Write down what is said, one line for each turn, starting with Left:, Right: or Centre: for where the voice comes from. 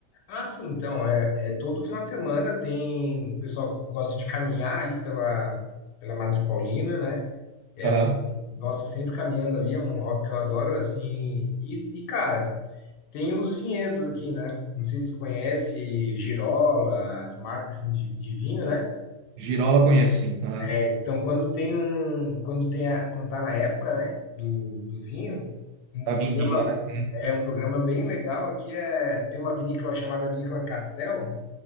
Left: Ah, sim, então, é, é todo final de semana tem. O pessoal gosta de caminhar ali pela, pela Madre Paulina, né? É
Right: Aham.
Left: um, nossa, sempre caminhando ali, é um hobby que eu adoro, assim. E, e cara. Tem os vinhedos aqui, né? Não sei se conhece Girola, as marcas assim, de, de vinho, né?
Right: Girola conheço, sim. Aham.
Left: É, então, quando tem um, quando tem a, quando tá na época, né, do, do vinho, um
Right: Tava
Left: programa
Right: em Dima, né? Uhum.
Left: é um programa bem legal aqui é tem uma vinícola chamada Vinícola Castel,